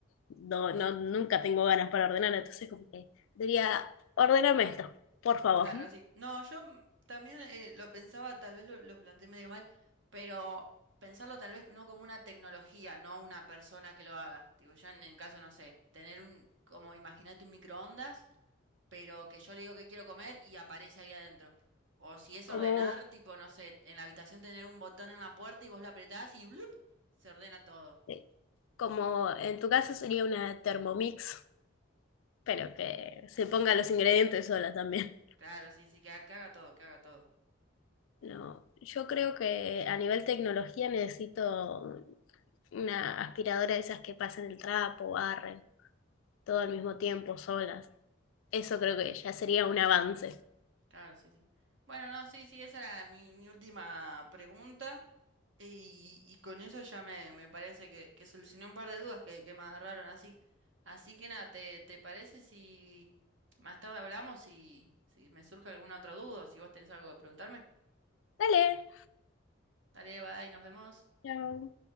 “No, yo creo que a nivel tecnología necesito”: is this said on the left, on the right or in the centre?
Left